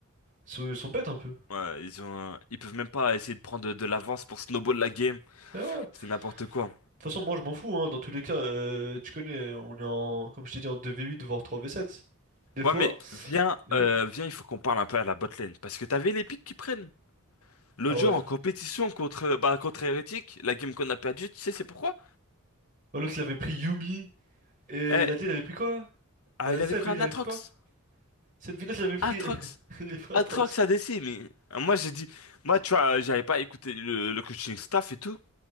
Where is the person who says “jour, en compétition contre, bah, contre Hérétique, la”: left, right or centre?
Left